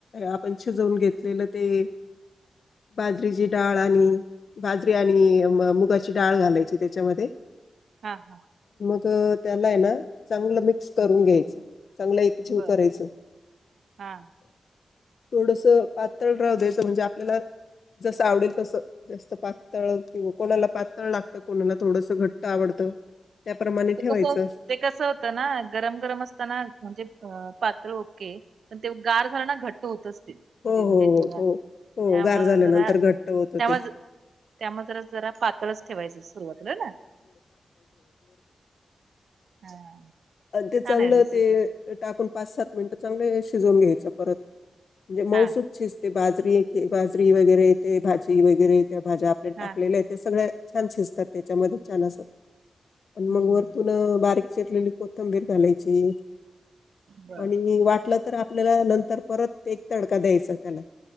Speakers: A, on the left; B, on the right.
A: आपण शिजवून घेतलेलं ते बाजरीची डाळ आणि बाजरी आणि मुगाची डाळ घालायची त्याच्या मध्ये
B: हा हा.
A: अं त्याला आहे ना चांगलं मिक्स करून घ्यायचं. चांगलं एकजीव
B: बर
A: करायच.
B: हा
A: थोडस पातळ राहू द्यायचं म्हणजे आपल्याला जस आवडेल तसं. जास्त पातळ किंवा कोणाला पातळ लागतं कोणाला थोडस घट्ट आवडतं. त्याप्रमाणे
B: ते
A: ठेवायचं
B: कस ते कसं होतं ना गरम गरम असताना म्हणजे अ पातळ होते पण ते गार झालं ना घट्ट होत असते ते.
A: हो हो हो हो
B: त्यामुळं
A: हो गार झाल्यानंतर
B: जरा
A: घट्ट होतं
B: त्यामुळे
A: ते
B: त्यामुळे जरा जरास पातळच ठेवायचं सुरुवातीला ना. हा
A: अ ते चांगलं
B: छान आहे रेसिपी
A: ते टाकून पाच सात मिनट चांगले शिजवून घ्यायच परत म्हणजे मऊसुत
B: हा
A: शिजते बाजरी हे की बाजरी वैगेरे ते त्या भाज्या बाजरी वगैरे त्या भाज्या आपल्या टाकलेल्या
B: हा
A: आहेत त्या सगळ्या छान शिजतात त्याच्या मध्ये छान अस. पण
B: हम्म
A: मग वरतून बारीक चिरलेली कोथंबीर घालायची.
B: बर
A: आणि वाटलं तर आपल्याला नंतर परत ते काढायचा त्याला